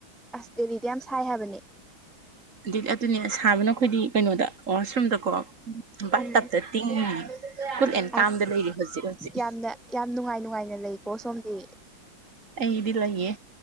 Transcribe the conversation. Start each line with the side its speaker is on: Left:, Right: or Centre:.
Centre: ꯑꯁ ꯗꯦꯜꯂꯤꯗ ꯌꯥꯝ ꯁꯥꯏ ꯍꯥꯏꯕꯅꯦ
Right: ꯑꯗꯨꯗꯤ ꯑꯗꯨꯅꯦ ꯁꯥꯕꯅ ꯑꯩꯈꯣꯏꯗꯤ ꯀꯩꯅꯣꯗ ꯋꯥꯁꯔꯨꯝꯗꯀꯣ ꯕꯥ
Centre: ꯎꯝ
Right: ꯇꯞꯇ ꯇꯤꯡꯉꯤ ꯨꯀꯨꯜ ꯑꯦꯟ ꯀꯥꯝꯗ
Centre: ꯑꯁ
Right: ꯂꯩꯔꯤ ꯍꯧꯖꯤꯛ ꯍꯧꯖꯤꯛ
Centre: ꯌꯥꯝꯅ ꯌꯥꯝ ꯅꯨꯡꯉꯥꯏ ꯅꯨꯡꯉꯥꯏꯅ ꯂꯩꯀꯣ ꯁꯣꯝꯗꯤ
Right: ꯑꯩꯗꯤ ꯂꯩꯌꯦ